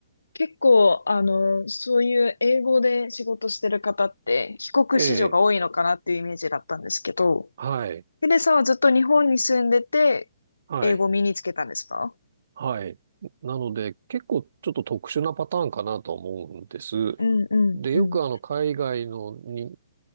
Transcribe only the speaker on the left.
結構、あの、そういう英語で仕事してる方って、帰国子女が多いのかなっていうイメージだったんですけど、
ヒデさんはずっと日本に住んでて、
英語を身につけたんですか
うんうんうん。